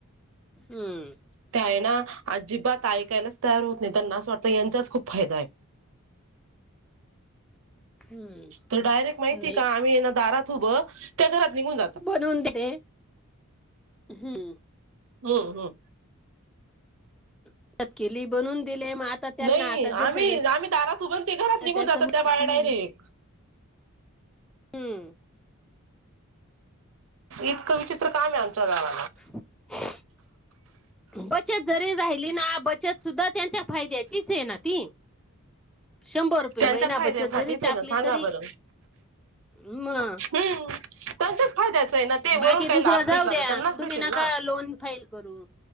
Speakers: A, in the centre; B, on the right.
A: हम्म
B: त्या आहे ना अजिबात ऐकायलाच तयार होत नाही त्यांना असं वाटत यांचाच खूप फायदा आहे.
A: हम्म
B: तर डायरेक्ट माहितीय
A: नाही
B: का? आम्ही दारात उभं त्या घरात निघून जातात.
A: बनवून दे रे. हम्म
B: हम्म हम्म
A: आता केली बनून दिले मग त्यांना
B: नाही
A: आता जसं
B: आम्ही,
A: जसं
B: आम्ही दारात उभं ते घरात निघून
A: त्यांचं
B: जातात त्या
A: हम्म
B: बाया डायरेक्ट
A: हम्म
B: इतकं विचित्र काम आहे आमच्या गावाात
A: ह बचत जरी राहिली ना बचत सुद्धा त्यांच्या फायद्याचीच आहे ना ती. शंभर रुपये
B: त्यांच्या
A: महिना
B: फायद्यासाठीच
A: बचत जरी
B: आहे
A: टाकली
B: ना सांगा
A: तरी
B: बरं
A: मग
B: हम्म. त्यांच्याच फायद्याचं आहे ना ते वरून
A: बाकी
B: काही
A: दुसरं
B: लाभ भेटला
A: जाऊ द्या
B: तर त्यांनाच
A: तुम्ही
B: भेटेल
A: नका
B: ना.
A: लोन फाईल करू.